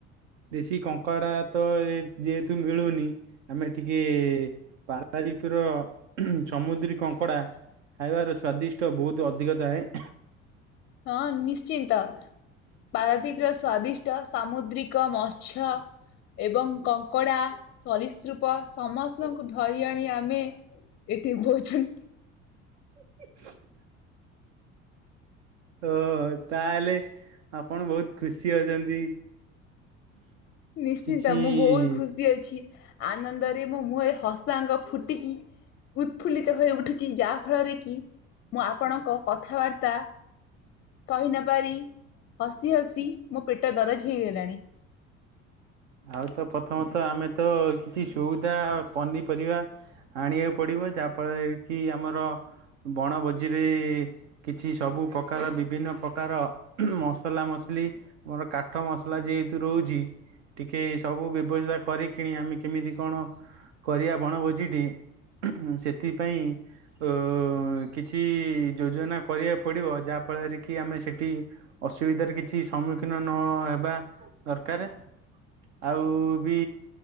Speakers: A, on the right; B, on the left.
A: ଦେଶୀ କଙ୍କଡ଼ା ତ ଯେହେତୁ ମିଳୁନି। ଆମେ ଟିକେ ପାର ପାରିପିର ସମୁଦ୍ରୀ କଙ୍କଡ଼ା ଖାଇବାର ସ୍ଵାଦିଷ୍ଟ ବହୁତ ଅଧିକ ଥାଏ।
B: ହଁ ନିଶ୍ଚିନ୍ତ। ପାରାଦୀପ ର ସ୍ଵାଦିଷ୍ଟ ସାମୁଦ୍ରିକ ମତ୍ସ୍ୟ ଏବଂ କଙ୍କଡ଼ା ସରିସୃପ ସମସ୍ତଙ୍କୁ ଧରି ଆଣି ଆମେ ଏଠି ଭୋଜନ
A: <inaudible> ଓ ତାହେଲେ ଆପଣ ବହୁତ୍ ଖୁସି ଅଛନ୍ତି।
B: ନିଶ୍ଚିନ୍ତ
A: କିଛି
B: ମୁଁ ବହୁତ ଖୁ ସି ଅଛି ଆନନ୍ଦରେ ମୋ ମୁହଁରେ ହସାଙ୍ଗ ଫୁଟିକି। ଉତ୍ଫୁଲ୍ଲିତ ହୋଇ ଉଠୁଛି ଯାହା ଫଳରେ କି ମୁଁ ଆପଣଙ୍କ କଥାବାର୍ତ୍ତା। କହି ନପାରି ହସି ହସି ମୋ ପେଟ ଦରଜ ହେଇଗଲାଣି।
A: ଆଉ ତ ପ୍ରଥମତଃ ଆମେ ତ କିଛି ସଉଦା ପନିପରିବା। ଆଣିବାକୁ ପଡ଼ିବ ଯାହାଫଳରେ କି ଆମର ବଣଭୋଜିରେ। କିଛି ସବୁ ପ୍ରକାର ବିଭିନ୍ନ ପ୍ରକାର। ମସଲା ମସଲି ମୋର କାଠ ମସଲା ଯେହେତୁ ରହୁଚି। ଟିକେ ସବୁ ବ୍ୟବସ୍ଥା କରିକିଣି ଆମେ କେମିତି କଣ କରିବା ବଣଭୋଜିଟି। ସେଥିପାଇଁ। ଓ କିଛି ଯୋଜନା କରିବାକୁ ପଡ଼ିବ ଯାହାଫଳରେ କି ଆମେ ସେଠି। ଅସୁବିଧାରେ କିଛି ସମ୍ମୁଖୀନ ନ ହେବା ଦରକାରେ। ଆଉ ବି